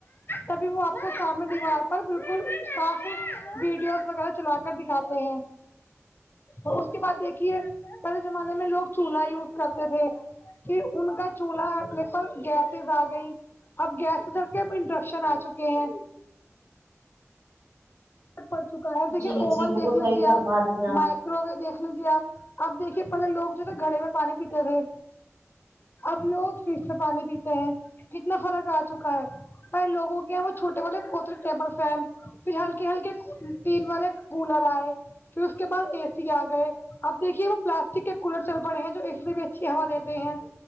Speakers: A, on the left; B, on the right.
A: تبھی وہ آپ کو سامنے دیوار پر بالکل صاف ویڈیوز وغیرہ چلا کے کر دکھاتے ہیں اس کے بعد دیکھیے پہلے زمانے میں لوگ چولہا یوز کرتے تھے پھر ان کا چولہانے پر گیسز آ گئی اب گیسز ہٹ اب انٹرکشن آ چکے ہیں پڑ چکا ہے اب دیکھیے
B: جی
A: اوون
B: جی بالکل
A: دیکھ لیجیے
B: صحیح فرما
A: آپ
B: رہی ہیں
A: مائیک روگا دیکھ لیجے آپ اب دیکھیے پہلے لوگ جو نا گڑے میں پانی پیتے تھے اب لوگ فریج سے پانی پیتے ہیں کتنا فرق آ چکا ہے پہلے لوگو کے یہاں وہ چھوٹے والے کرسی ٹیبل فین پھر ہلکے ہلکے ٹین والے کولر آئے پھر اس کے بعد اے سی آ گئے اب دیکھیے وہ پلاسٹک کے کولر چل پڑے ہیں جو اے سی سے بھی اچھی ہوا دیتے ہیں